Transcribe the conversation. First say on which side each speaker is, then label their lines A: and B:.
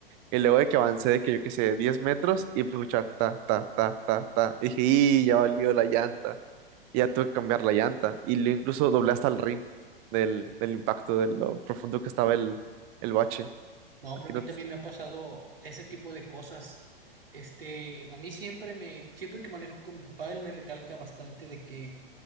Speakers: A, on the right; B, on the right.
A: Y luego de que avancé, de que yo qué sé, 10 metros y empecé a escuchar ta, ta, ta, ta, ta. Y dije, y ya valió la llanta. y ya tuve que cambiar la llanta. Y lo incluso doblé hasta el rin del, del impacto, de lo profundo que estaba el, el bache.
B: No, hombre,
A: A ti
B: a mí
A: no
B: también
A: te-
B: me ha pasado ese tipo de cosas. Este, a mí siempre me, siempre que manejo con mi papá, él me recalca bastante de que